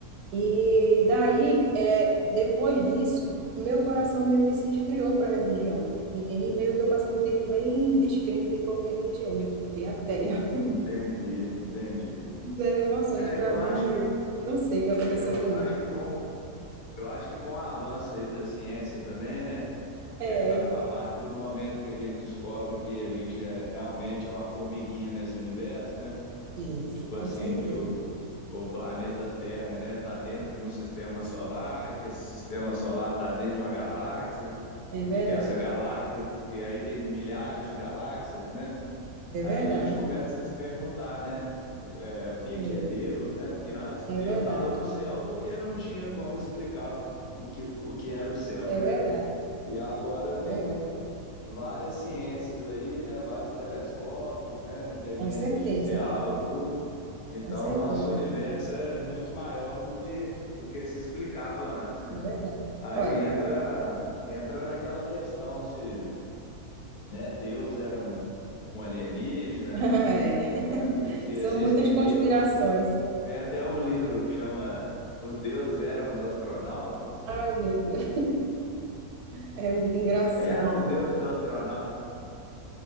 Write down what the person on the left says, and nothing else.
En- Entendi, entendi.
É,
eu
acho que
eu
acho que com eu acho que com o avanço aí da ciência também, né?
que é a, a partir do momento que a gente descobre que a gente é, realmente é uma formiguinha nesse universo, né?
Tipo assim,
que o, o planeta Terra, né, está dentro de um sistema solar, que esse sistema solar está dentro de uma galáxia
e que essa galáxia e aí tem milhares de galáxias, né?
Aí
a gente começa a se perguntar, né? É, o que
que é Deus, né? Porque antes
Deus
estava no céu porque não tinha como explicar o que, o que era o céu,
né?
E agora tem
um, várias ciências aí, né? Vários telescópios, né? Inteligência
artificial e tudo. Então,
o nosso universo é muito maior do que do que se explicava antes, né?
Aí
entra entra naquela questão se, né, Deus era um, um alienígena,
né? Se, se
existem
deuses. Tem até um livro que chama Os Deuses Eram os Astronautas.
Eram os Deuses Astronautas.